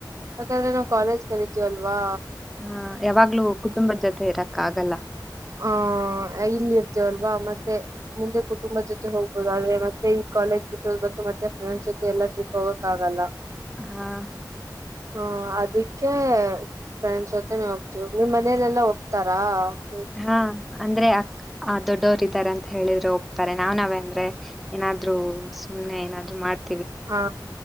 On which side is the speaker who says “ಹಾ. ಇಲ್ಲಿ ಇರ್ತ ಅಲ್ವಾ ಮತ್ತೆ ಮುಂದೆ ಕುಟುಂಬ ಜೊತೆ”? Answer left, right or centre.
Right